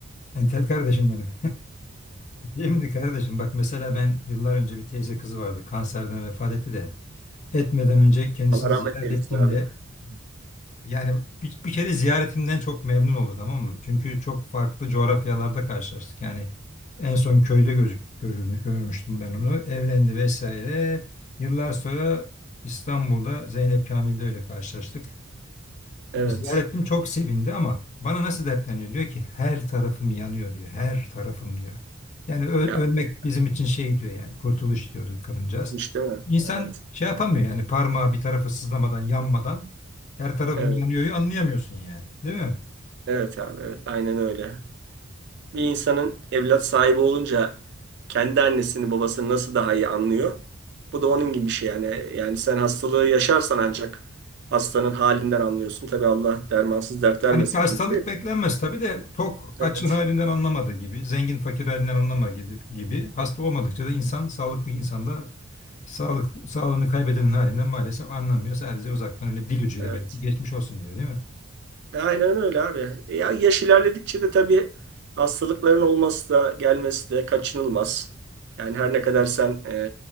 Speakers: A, on the left; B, on the right.
A: Entel kardeşim benim. <laughs> Şimdi kardeşim bak mesela ben yıllar önce bir teyze kızı vardı. Kanserden vefat etti de. Etmeden önce kendisini
B: Allah rahmet
A: ziyaret
B: eylesin
A: ettiğimde
B: abi.
A: Yani bir, bir kere ziyaretimden çok memnun oldu tamam mı? Çünkü çok farklı coğrafyalarda karşılaştık. Yani en son köyde gözük, görülmüş, görmüştüm ben onu. Evlendi vesaire. Yıllar sonra İstanbul'da Zeynep Kamil'de öyle karşılaştık.
B: Evet.
A: E, Ziyaretim çok sevindi ama bana nasıl dertleniyor? Diyor ki her tarafım yanıyor diyor. Her tarafım diyor. Yani ö-
B: Yapma
A: ölmek
B: ya.
A: bizim için şey diyor yani kurtuluş diyordu kadıncağız.
B: Hiç değil mi?
A: İnsan
B: Evet.
A: şey yapamıyor yani parmağı bir tarafı sızlamadan yanmadan her tarafım
B: Evet.
A: yanıyor'yu anlayamıyorsun yani. Değil mi?
B: Evet abi. Evet. Aynen öyle. bir insanın evlat sahibi olunca kendi annesini babasını nasıl daha iyi anlıyor? Bu da onun gibi bir şey yani. Yani sen hastalığı yaşarsan ancak hastanın halinden anlıyorsun. Tabii Allah dermansız dert vermesin
A: Hani hastalık
B: kimseye.
A: beklenmez tabii de tok
B: Evet,
A: açın halinden anlamadığı gibi, zengin fakir halinden anlama gibi, gibi hasta olmadıkça da insan sağlıklı insanda Sağlık, sağlığını kaybedenin halinden maalesef anlamıyor. Sadece uzaktan öyle dil ucuyla
B: evet.
A: belki geçmiş olsun diyor değil mi?
B: E, Aynen öyle abi. E Ya yaş ilerledikçe de tabii hastalıkların olması da gelmesi de kaçınılmaz. Yani her ne kadar sen e,